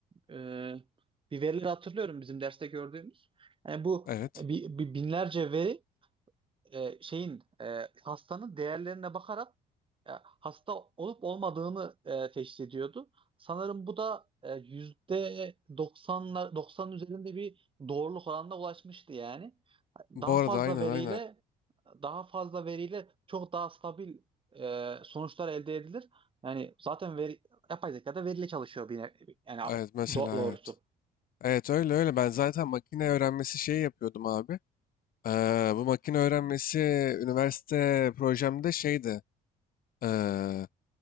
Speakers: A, on the right; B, on the left.
A: e, bir verileri hatırlıyorum bizim derste gördüğümüz. Yani bu
B: evet.
A: e, bi- bi- binlerce veri e, şeyin e, hastanın değerlerine bakarak e, hasta olup olmadığını e, teşhis ediyordu. Sanırım bu da e, yüzde 90'lar 90 üzerinde bir doğruluk oranına ulaşmıştı yani. Daha
B: Bu arada
A: fazla
B: aynen
A: veriyle
B: aynen.
A: daha fazla veriyle çok daha stabil e, sonuçlar elde edilir. Yani zaten veri, yapay zeka da veriyle çalışıyor bir ne- yani
B: Evet mesela
A: do- doğrusu.
B: evet. Evet öyle öyle. Ben zaten makine öğrenmesi şeyi yapıyordum abi. Ee, bu makine öğrenmesi üniversite projemde şeydi. Ee,